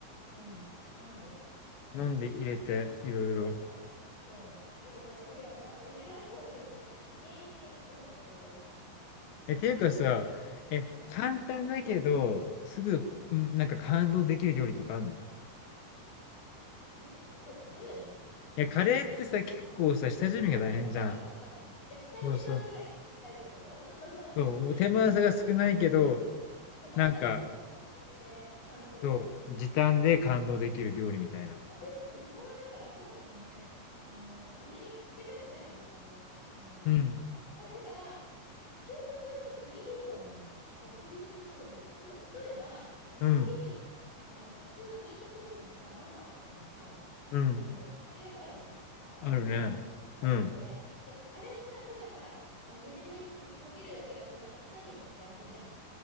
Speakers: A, on the left; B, on the left.
A: うん。飲んで。そう。
B: 飲んで入れて、いろいろ
A: そう。そう。いろいろ。いや、まあ、入れない方がいいと思う。現役で飲んじゃった方がいいからね。うん。
B: え、ていうかさ、
A: あ、
B: え、
A: うん。
B: 簡単だけど、すぐ、
A: うん。
B: うん、なんか感動できる料理とかあんの？
A: はん、じゃと、例えばなんか、
B: いや、カレーってさ、結構さ、下準備が大変じゃん。
A: あ、ちょっと手間がかかるよね。じゃあ、二手間ぐらい行きたいってこと
B: そうそう。
A: <laughs>
B: そう、手間さが少ないけど、
A: 手間数少なくして感動
B: なんか、そう、時短で感動できる料理みたいな。
A: 私もね、ズボラだからそもそもね、あの、あれにかけたくないの、時間は。うん。
B: うん、
A: だ、だから、究極言うとスリリンゴなのよ。もう究極一言で。たと、例えば、あの、スパゲティとかも、
B: うん、
A: あの、普通のミートソースのさ、ママとかのさ、
B: うん。
A: あの、売ってるやつあるじゃん。か、缶とか、
B: あるね。
A: パウチで。
B: うん。
A: そう、あれをさ、たださ、あの、茹で麺にかけるだけだと、なんか、いかにもって味じゃん。